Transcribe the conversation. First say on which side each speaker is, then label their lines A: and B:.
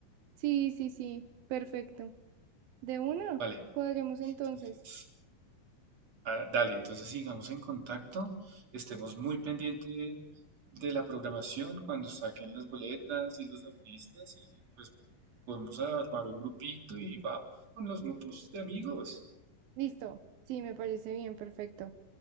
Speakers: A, on the right; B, on the right.
A: Sí, sí, sí. Perfecto. De una,
B: Vale,
A: cuadremos entonces.
B: entonces, ah, dale, entonces sigamos en contacto. Estemos muy pendientes de la programación cuando saquen las boletas y los artistas y pues podemos armar un grupito y vamos con los grupos de amigos.
A: Listo. Sí, me parece bien, perfecto.